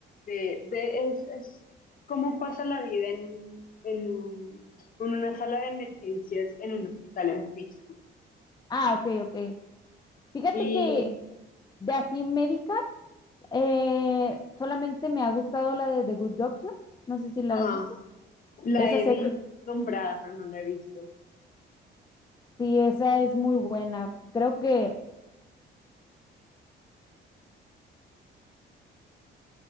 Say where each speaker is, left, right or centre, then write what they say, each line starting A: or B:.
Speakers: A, on the left; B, on the left.
A: de, de- es, es cómo pasa la vida en un, en un, en una sala de emergencias en un hospital en Pittsburgh.
B: Ah, ok, ok. Fíjate
A: Y,
B: que De así médicas, eh, solamente me ha gustado la de The Good Doctor. No sé si la
A: ajá,
B: has visto.
A: la
B: Esa
A: he
B: serie,
A: visto nombrada, pero no la he visto.
B: sí, esa es muy buena. Creo que.